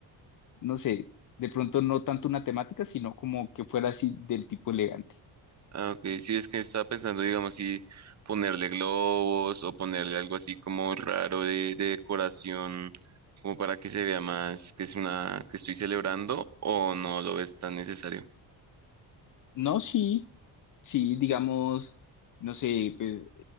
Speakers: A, on the left; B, on the right.
A: no sé, de pronto no tanto una temática, sino como que fuera así del tipo elegante.
B: Ah, ok. Sí, es que estaba pensando, digamos, si ponerle globos o ponerle algo así como raro de, de decoración, como para que se vea más que es una que estoy celebrando o no lo ves tan necesario.
A: No, sí, sí, digamos, no sé, pues